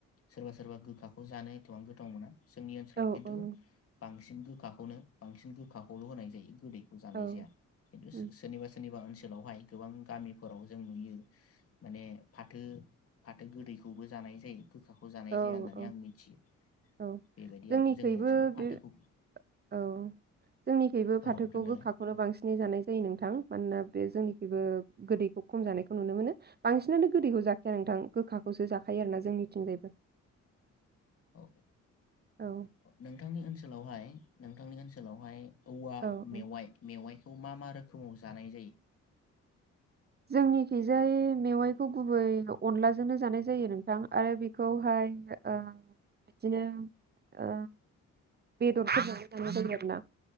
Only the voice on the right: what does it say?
औ
औ नंगौ।
औ
उम
औ
औ
औ
जोंनिखैबो-बे
औ- जोंनिखैबो
फाथोखौ
गोखाखौनो बांसिनै जानाय जायो नोंथां। मानोना बे जोंनिखैबो गोदैखौ खम जानायखौ नुनो मोनो बांसिनानो गोदैखौ जाखाया नोंथां गोखाखौसो जाखायो आरोना जोंनिथिंजायबो।
औ
औ औ
जोंनिखैजाय मेवाइखौ गुबै अनलाजोंनो जानाय जायो नोंथां आरो बेखौहाय ओ- बिदिनो- ओ बेदरफोरजोंबो जानाय जायो आरो।